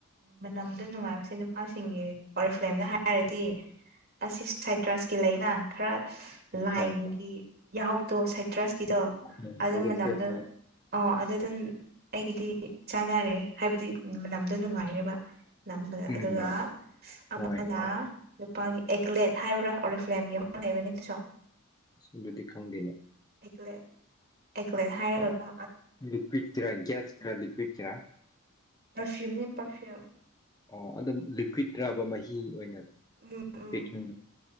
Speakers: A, on the right (about 45°); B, on the left (about 15°).
A: ꯃꯅꯝꯗ ꯅꯨꯡꯉꯥꯏꯕꯁꯦ ꯅꯨꯄꯥꯁꯤꯡꯒꯤ ꯑꯣꯔꯤꯐ꯭ꯂꯦꯝꯅ ꯍꯥꯏꯔꯗꯤ ꯑꯁꯤꯏ ꯁꯥꯏꯇ꯭ꯔꯁꯀꯤ ꯂꯩꯅ ꯈꯔ ꯂꯥꯏꯝꯒꯤ
B: ꯍꯣꯏ
A: ꯌꯥꯎꯗꯣ ꯁꯥꯏꯇ꯭ꯔꯁꯀꯤꯗꯣ
B: ꯎꯝ
A: ꯑꯗꯨ ꯃꯇꯝꯗ
B: ꯈꯔ
A: ꯑꯣ ꯑꯗꯨ ꯑꯗꯨꯝ ꯑꯩꯒꯤꯗꯤ ꯆꯥꯟꯅꯔꯦ ꯍꯥꯏꯕꯗꯤ ꯃꯅꯝꯗ ꯅꯨꯡꯉꯥꯏꯔꯦꯕ ꯅꯝꯕꯗ
B: ꯎꯝ
A: ꯑꯗꯨꯒ
B: ꯍꯣꯏ
A: ꯑꯃꯅ ꯅꯨꯨꯄꯥꯒꯤ ꯑꯦꯛꯂꯦꯠ ꯍꯥꯏꯕ꯭ꯔꯥ ꯑꯣꯔꯤꯐ꯭ꯂꯦꯝꯒꯤ ꯑꯃ ꯂꯩꯕꯅꯤ ꯑꯗꯨꯁꯨ
B: ꯁꯤꯃꯗꯤ ꯈꯪꯗꯦꯅꯦ
A: ꯑꯦꯛꯒꯔꯦꯠ ꯑꯦꯛꯒꯔꯦꯠ ꯍꯥꯏꯔꯒ
B: ꯂꯤꯀ꯭ꯨꯠꯀꯤꯔ ꯒꯤꯌꯁꯀꯔ ꯂꯤꯀ꯭ꯨꯠꯀꯤꯔ
A: ꯄꯔꯐꯤꯌꯨꯝꯅꯦ ꯄꯔꯐꯤꯌꯨꯝ
B: ꯑꯣ ꯂꯤꯀ꯭ꯨꯠꯀꯤꯔ ꯃꯍꯤ ꯑꯣꯏꯅ
A: ꯎꯝ ꯎꯝ
B: ꯄꯦꯛꯀꯤꯡ